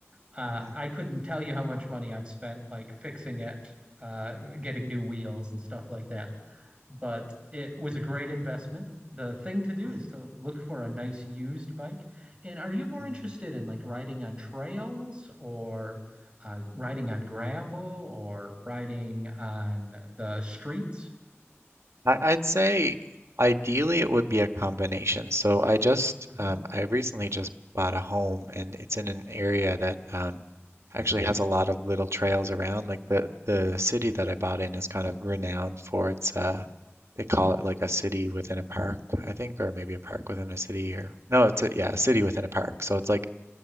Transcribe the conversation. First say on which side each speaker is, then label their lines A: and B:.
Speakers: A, on the right; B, on the right.
A: Uh,
B: mhm,
A: I couldn't tell you how much money I've spent like fixing it, uh, getting new wheels and stuff like that but it was a great investment. The thing to do
B: mm,
A: is to look for a nice used bike. And are you more
B: mm.
A: interested in like riding on trails or uh, riding on gravel or riding on the streets?
B: I, I'd say ideally it would be a combination. So I just
A: Mhm.
B: um, I recently just bought a home and it's in an area that um, actually has a lot of little trails around. Like the the city that I bought in is kind of renowned for its uh they call it like a city within a park, I think, or maybe a park within a city or no, it's a yeah, a city within a park. So it's like